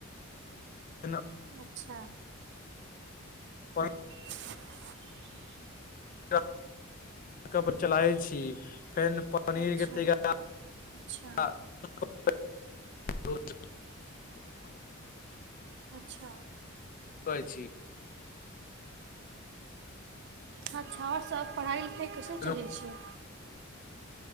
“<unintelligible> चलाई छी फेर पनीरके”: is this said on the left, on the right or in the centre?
Left